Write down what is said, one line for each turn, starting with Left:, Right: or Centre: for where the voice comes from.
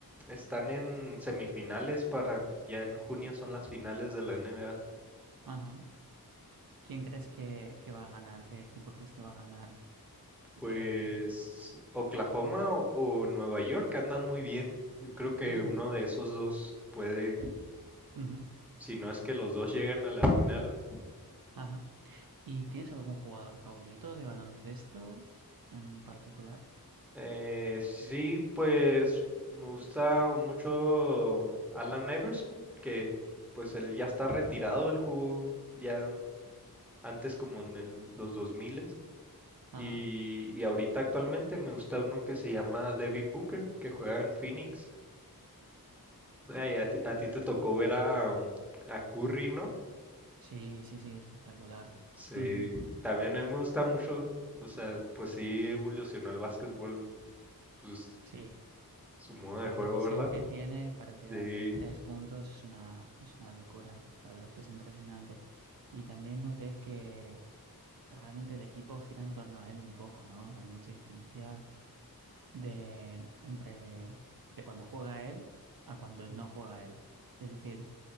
Centre: están en semifinales para, ya en junio son las finales de la NBA.
Right: ajá. ¿Quién crees que, que va a ganar? ¿Qué equipo crees que va a ganar?
Centre: Pues
Right: Eh,
Centre: Oklahoma o, o Nueva York andan muy bien. Yo creo que
Right: mm,
Centre: uno de esos dos puede,
Right: ujú,
Centre: si no es que los dos llegan a la final.
Right: ajá. ¿Y tienes algún jugador favorito de baloncesto en particular?
Centre: Eh, sí, pues me gusta mucho Alan Iverson, que pues él ya está retirado, él jugó ya antes como en el- los 2000
Right: Ajá.
Centre: y, y ahorita actualmente me gusta uno que se llama Devin Booker, que juega en Phoenix. Ay, a ti, a ti te tocó ver a, um, a Curry, ¿no?
Right: Sí, sí, sí, espectacular.
Centre: Sí,
Right: Ujú,
Centre: también él me gusta mucho, o sea, pues sí evolucionó el básquetbol, pues
Right: Sí,
Centre: su modo de
Right: la
Centre: juego,
Right: precisión
Centre: ¿verdad?
Right: que tiene para tirar
Centre: Sí.
Right: de tres puntos es una, es una locura. La verdad es que es impresionante. Y también noté que realmente el equipo gira en torno a él un poco, ¿no? Hay mucha diferencia de, entre, de cuando juega él a cuando no juega él. Es decir,